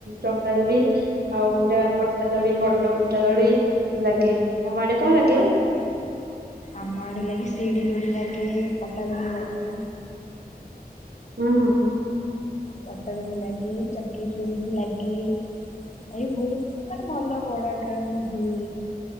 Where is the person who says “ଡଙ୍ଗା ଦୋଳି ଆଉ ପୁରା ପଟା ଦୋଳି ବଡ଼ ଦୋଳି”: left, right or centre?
Right